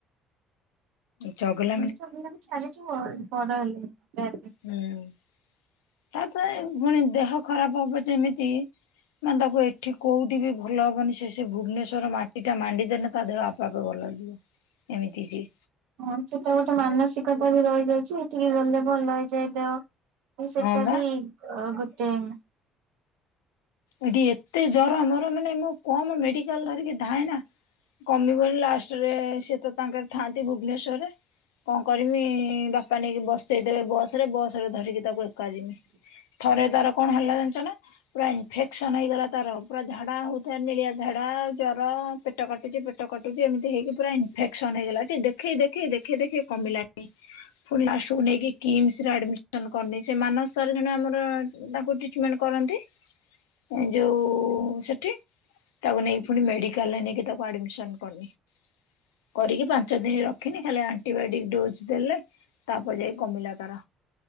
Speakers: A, on the left; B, on the right.
A: ଚଗଲ
B: ଜାଣିଚ ଚଗଲାମୀ ଛାଡି ଯିବ ବଡ ହେଲେ ନିହାତି।
A: ହୁଁ। ତାପରେ ପୁଣି ଦେହ ଖରାପ ହବ ଯେମିତି ମାନେ ତାକୁ ଏଠି କୋଉଠି ବି ଭଲ ହବନି ସେ ସେ ଭୁବନେଶ୍ୱର ମାଟି ଟା ମାଣ୍ଡି ଦେଲେ ତା ଦେହ ଆପେ ଆପେ ଭଲ ହେଇଯିବ ଏମିତି ସିଏ।
B: ହଁ ସେଟା ଗୋଟେ ମାନସିକତା ବି ରହିଯାଇଛି ଏଠିକି ଗଲେ ଭଲ ହେଇଯାଏ ଦେହ। ସେଟା
A: ହଁ ବା
B: ବି ଗୋଟ।
A: ଏଠି ଏତେ ଜର ମୋର ମାନେ ମୁଁ କମ ମେଡିକାଲ ଧରିକି ଧାଁଏ ନା। କମିବନି ଲାଷ୍ଟରେ ସେ ତ ତାଙ୍କର ଥାଆନ୍ତି ଭୁବନେଶ୍ଵରରେ। କଣ କରମି ବାପା ନେଇକି ବସେଇଦବେ ବସ ରେ ବସ ରେ ଧରିକି ତାକୁ ଏକା ଯିମି। ଥରେ ତାର କଣ ହେଲା ଜାଣିଛ ନା ପୁରା ଏମ୍ଫେ ସନ ହେଇଗଲା ତାର ପୁରା ଝାଡା ହଉଥାଏ ନେଳିଆ ଝାଡା ଜର ପେଟ କାଟୁଛି ପେ ସେ କଟୁଚି ଏମିତି ହେଇକି ପୁରା ଇନଫେକ୍ସନ୍ ହେଇଗଲା। ଏଠି ଦେଖେଇ ଦେଖେଇ ଦେଖେଇ ଦେଖେଇ କମିଲାନି। ଫୁଣି ଲାଷ୍ଟକୁ ନେଇକି କିମ୍ସ ରେ ଆଡମି ସନ୍ କରନି। ସେ ମାନସ ସାର୍ ଜଣେ ଆମର ଉଁ, ତାଙ୍କୁ ଟ୍ରିଟମେଣ୍ଟ କରନ୍ତି। ଏଁ ଯୋଉ ସେଠି। ତାକୁ ନେଇକି ଫୁଣି ମେଡିକାଲ୍ ରେ ନେଇକି ତାକୁ ଆଡମିସନ୍ କନି। କରିକି ପାଞ୍ଚ ଦିନ ରଖିନି, ଖାଲି ଆଣ୍ଟିବାଇଟିକ ଡୋଜ୍ ଦେଲେ। ତାପରେ ଯାଇ କମିଲା ତାର,